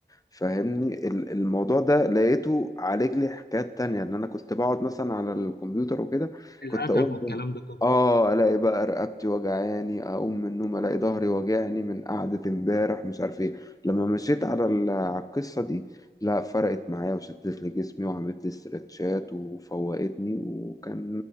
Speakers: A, on the left; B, on the left.
A: فاهمني ال- الموضوع ده لقيته عالج لي حكايات تانية ان انا كنت بقعد مثلا على الكمبيوتر وكده
B: الأدب
A: كنت اقوم
B: والكلام
A: ب-
B: ده كله
A: اه الاقي بقى رقبتي وجعاني اقوم من النوم الاقي ظهري وجعني من قعدة امبارح مش عارف ايه لما مشيت على ال- على القصة دي لا فرقت معايا وشدت لي جسمي وعملت لي استرتشات وفوقتني وكان